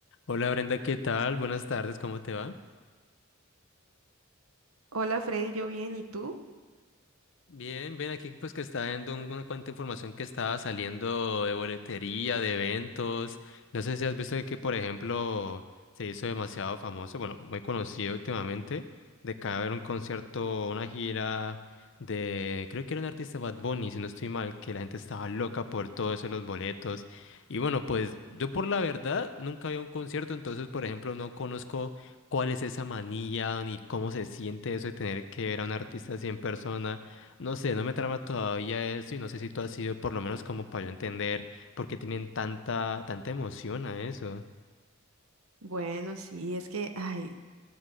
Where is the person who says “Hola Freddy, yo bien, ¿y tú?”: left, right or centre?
Right